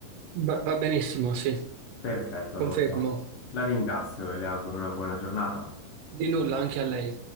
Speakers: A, on the right; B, on the left.
A: Va, va benissimo, sì,
B: Perfetto,
A: confermo.
B: allora la la ringrazio e le auguro una buona giornata.
A: Di nulla anche a lei.